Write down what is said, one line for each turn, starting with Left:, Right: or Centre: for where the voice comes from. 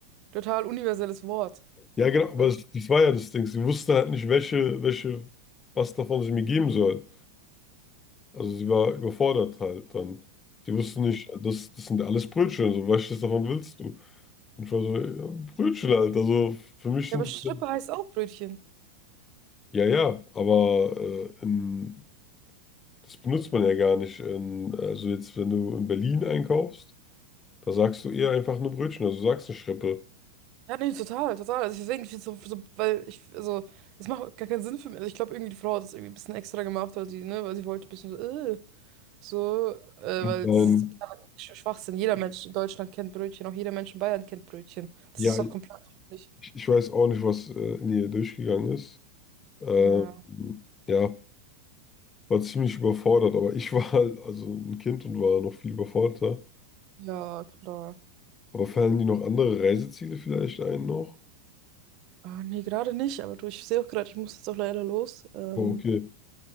Right: total universelles Wort.
Left: ja, genau, aber
Right: Was?
Left: es, das war ja das Ding. Sie wusste halt nicht, welche, welche, was davon sie mir geben soll. Also, sie war überfordert halt dann. Sie wusste nicht, das, das sind alles Brötchen. So, welches davon willst du? Und ich war so, ja, Brötchen halt. Also, für mich
Right: Ja,
Left: sind
Right: aber Schrippe
Left: das,
Right: heißt auch Brötchen.
Left: ja, ja, aber äh, in. Das benutzt man ja gar nicht. In, also jetzt, wenn du in Berlin einkaufst, da sagst du eher einfach nur Brötchen, also du sagst eine Schrippe.
Right: Ja, nee, total, total. Also deswegen, ich find's so, so, weil ich, also, es macht gar keinen Sinn für mich. Also ich glaube, irgendwie die Frau hat das irgendwie ein bisschen extra gemacht, weil sie, ne, weil sie wollte ein bisschen so, äh, so, äh,
Left: Ähm,
Right: weil das ist totaler Sch- Schwachsinn. Jeder Mensch in Deutschland kennt Brötchen, auch jeder Mensch in Bayern kennt Brötchen. Das
Left: ja,
Right: ist doch
Left: ich,
Right: komplett üblich.
Left: ich weiß auch nicht, was äh, in ihr durchgegangen ist. Ähm,
Right: Ja,
Left: ja, war ziemlich überfordert, aber ich <laughs> war halt also ein Kind und war noch viel überforderter.
Right: ja, klar.
Left: Aber fallen die noch andere Reiseziele vielleicht ein noch?
Right: Ah, nee, gerade nicht, aber du, ich sehe auch gerade, ich muss jetzt auch leider los. Ähm,
Left: Oh, okay.